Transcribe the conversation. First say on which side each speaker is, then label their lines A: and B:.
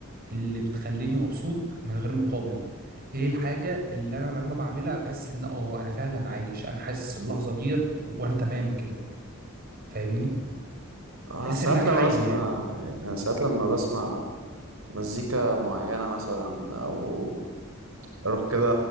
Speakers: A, on the right; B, on the right.
A: اللي بتخليني مبسوط من غير مقابل ايه الحاجة اللي انا لما بعملها بحس ان اه انا فعلا عايش انا حاسس اللحظة ديت و- وانا تمام كده فاهمني
B: انا
A: تحس
B: ساعات
A: انك
B: لما
A: حي
B: بسمع
A: اه يعني
B: يعني انا ساعات لما بسمع مزيكا معينة مثلا او اروح كده